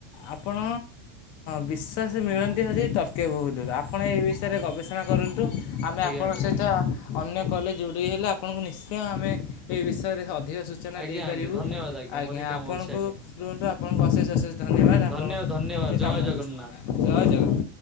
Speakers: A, on the left; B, in the centre.
A: ଆପଣ ବିଶ୍ଵାସ ମିଳନ୍ତି ଆଜି ତ ତର୍କ ବହୁତ୍। ଆପଣ ଏ ବିଷୟରେ ଗବେଷଣା କରନ୍ତୁ, ଆମେ
B: ଆଜ୍ଞା
A: ଆପଣଙ୍କ
B: ଆଜ୍ଞା
A: ସହିତ ଅନ୍ୟ କଲ୍ ରେ ଯୋଡି ହେଲେ, ଆପଣଙ୍କୁ ନିଶ୍ଚୟ ଆମେ ଏଇ ବିଷୟରେ ଅଧିକ ସୂଚନା
B: ଆଜ୍ଞା
A: ଦେଇ କରିପାରିବୁ।
B: ଆଜ୍ଞା ଧନ୍ୟବାଦ
A: ଆଜ୍ଞା
B: ମୋର ବି କାମ
A: ଆପଣଙ୍କୁ
B: ଅଛି ଆଜ୍ଞା
A: ରୁହନ୍ତୁ ଆପଣଙ୍କୁ ଅଶେଷ ଅଶେଷ ଧନ୍ୟବାଦ ଆପଣ
B: ଧନ୍ୟ ଧନ୍ୟବାଦ
A: ମୁଁ ଟିକିଏ କାମ
B: ଜୟ ଜଗନ୍ନାଥ।
A: ଜୟ ଜଗନ୍ନାଥ